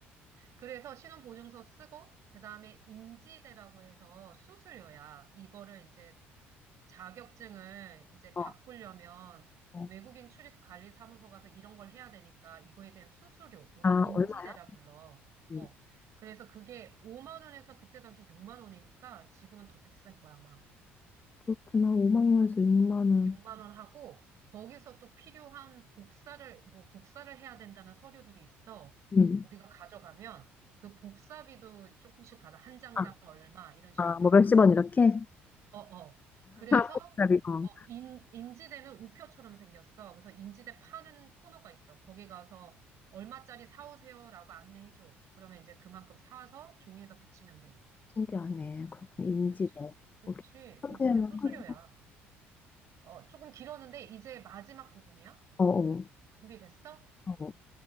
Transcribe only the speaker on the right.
그래서 신혼보증서 쓰고, 그 다음에 인지대라고 해서 수수료야. 이거를 이제 자격증을 이제
바꾸려면
외국인 출입관리사무소 가서 이런 걸 해야 되니까 이거에 대한 수수료, 우린
인지대라
불러.
어. 그래서 그게 5만 원에서 그때 당시 6만 원이니까 지금은 더 비쌀 거야, 아마.
6만 원 하고 거기서 또 필요한 복사를 뭐 복사를 해야 된다는 서류들이 있어.
우리가 가져가면 그 복사비도 조금씩 받아. 한 장당
얼마 이런 식으로
받아.
어, 어. 그래서
어, 인, 인지대는 우표처럼 생겼어. 그래서 인지대 파는 코너가 있어. 거기 가서 얼마짜리 사오세요라고 안내해줘. 그러면 이제 그만큼 사와서 종이에다 붙이면 돼.
그치. 그치.
어,
그게 수수료야.
어, 조금 길었는데 이제 마지막 부분이야.
준비됐어?